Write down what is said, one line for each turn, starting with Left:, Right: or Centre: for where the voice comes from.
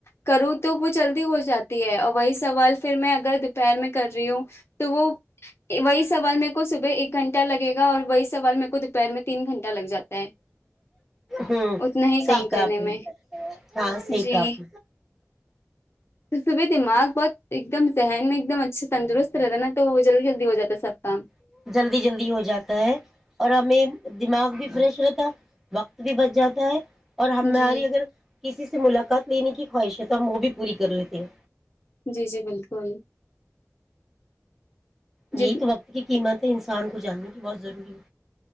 Left: کروں تو مھ جلدی ہو جاتی ہے اور وہی سوال پھر میں اگر دوپہر میں کر رہی ہوں تو وہ وہی سوال میرے کو صبح ایک گھنٹہ لگے گا اور وہی سوال میرے کو دوپہر میں تین گھنٹہ لگ جاتا ہے
Centre: ہوں
Left: اتنا ہی
Centre: صحیح
Left: کام کرنے
Centre: کہا آپ نے
Left: میں
Centre: ہاں صحیح
Left: جی
Centre: کہا آپ
Left: صبح دماغ بہت ایک دم ذہن میں ایکم اچھا تندرست رہتا ہے نا تو وہ جلدی جلدی ہو جاتا ہے سب کام
Centre: نے جلدی جلدی ہو جاتا ہے اور ہمیں دماغ بھی فریش رہتا وقت بھی بچ جاتا ہے اور ہماری
Left: جی
Centre: اگر کسی سے ملاقات لینے کی خواہش ہے ہم وہ بھی پوری کر لیتے ہیں
Left: جی جی بالکل
Centre: یہی
Left: جی
Centre: تو وقت کی قیمت تو انسان کو جاننے کی بہت ضروری ہے